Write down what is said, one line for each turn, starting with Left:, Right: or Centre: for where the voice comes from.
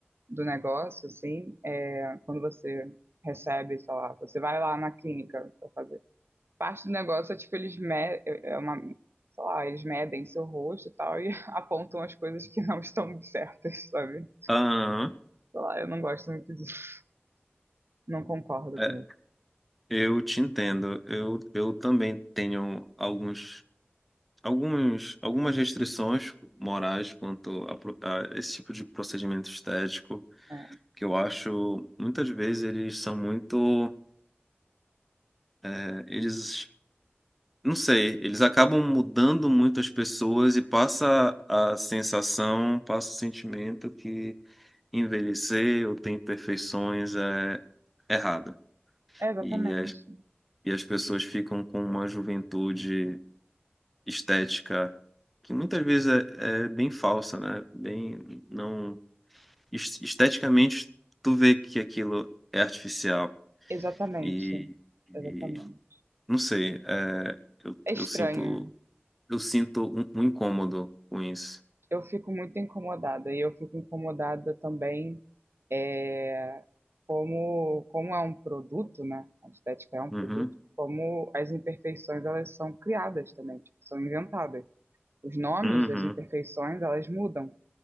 Right: do negócio, assim, é quando você recebe, sei lá, você vai lá na clínica pra fazer. Parte do negócio é, tipo, eles me, é é uma, sei lá, eles medem seu rosto e tal e <laughs> apontam as coisas que não estão certas, sabe?
Centre: Aham.
Right: Sei lá, eu não gosto muito disso. Não concordo
Centre: É,
Right: com isso.
Centre: eu te entendo. Eu, eu também tenho alguns alguns algumas restrições morais quanto a, pro- a esse tipo de procedimento estético.
Right: É.
Centre: que eu acho muitas vezes eles são muito é, eles Não sei, eles acabam mudando muito as pessoas e passa a sensação, passa o sentimento que envelhecer ou ter imperfeições é errado.
Right: É, Exatamente.
Centre: E as, e as pessoas ficam com uma juventude estética que muitas vezes é, é bem falsa, né? Bem, não, es- esteticamente, tu vê que aquilo é artificial.
Right: Exatamente.
Centre: E, e
Right: Exatamente.
Centre: não sei, é, eu,
Right: É
Centre: eu
Right: estranho.
Centre: sinto. Eu sinto um, um incômodo com isso.
Right: Eu fico muito incomodada e eu fico incomodada também é, como, como é um produto, né? A estética é um produto,
Centre: Uhum.
Right: como as imperfeições elas são criadas também, tipo, são inventadas. Os nomes
Centre: Uhum.
Right: das imperfeições elas mudam,